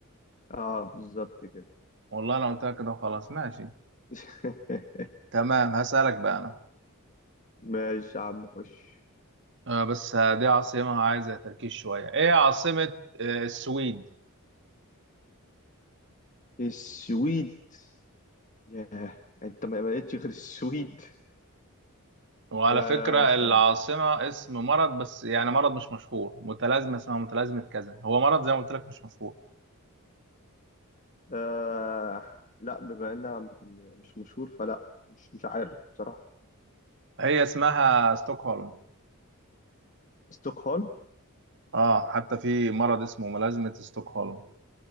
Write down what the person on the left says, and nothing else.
آه بالظبط كده
<laughs>
ماشي يا عم خش
السويد ياه أنت ما ما لقيتش غير السويد
آه
استنى
آه لا بما إنها مش مشهور فلا مش مش عارف بصراحة
ستوكهولم